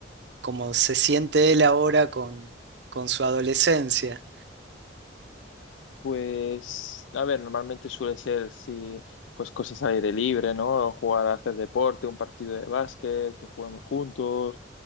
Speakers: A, on the right; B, on the left.
A: como se siente él ahora con, con su adolescencia?
B: Pues, a ver, normalmente suele ser si, pues cosas al aire libre, ¿no? Jugar a hacer deporte, un partido de básquet, que juguemos juntos,